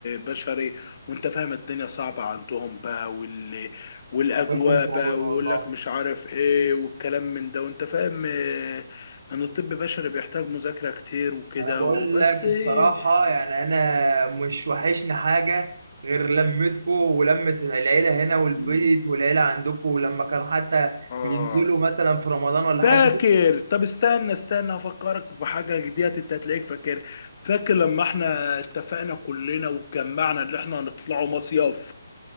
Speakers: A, on the left (about 35°); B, on the right (about 55°).
A: بشري وانت فاهم الدنيا صعبه عندهم بقى وال... والاجواء
B: الله يكون في عونه
A: بقى ويقول
B: والله
A: لك مش عارف ايه والكلام من ده وانت فاهم آه، ان الطب البشري بيحتاج مذاكره كتير وكده
B: انا بقول
A: وبس
B: لك
A: إيه،
B: الصراحه يعني انا مش وحشني حاجه غير لمتكو ولمه العيله هنا والبيت
A: مم،
B: والعيله عندكو ولما كانوا حتى
A: اه
B: ينزلوا مثلا في رمضان ولا
A: فاكر
B: حاجه <laughs> كده.
A: طب استنى استنى افكرك بحاجه جديده انت هتلاقيك فاكر فاكر لما احنا اتفقنا كلنا واتجمعنا ان احنا هنطلعوا مصيف